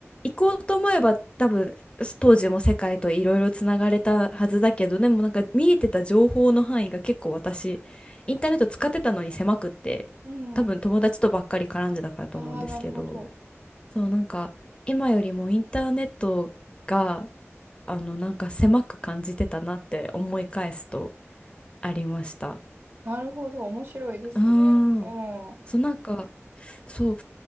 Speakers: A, on the left; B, on the right.
A: 行こうと思えば多分、当時も世界といろいろつながれたはずだけど、でもなんか見えてた情報の範囲が結構私、インターネット使ってたのに狭くって、
B: うん、
A: 多分友達とばっかり絡んでたからと思うんですけど、
B: ああ、なるほど。
A: そう、なんか今よりもインターネットが、あの、なんか狭く感じてたなって思い返すとありました。
B: なるほど、面白いですね。
A: うーん。
B: うん、う
A: そう、なんか、そう、